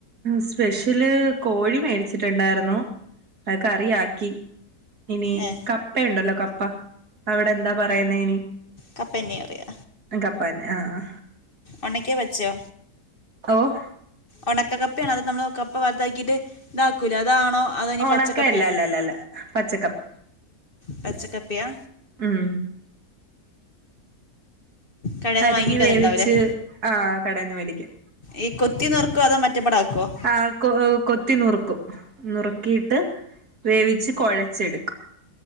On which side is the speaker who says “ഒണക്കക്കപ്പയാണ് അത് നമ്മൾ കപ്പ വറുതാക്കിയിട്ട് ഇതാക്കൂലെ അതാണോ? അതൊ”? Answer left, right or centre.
Left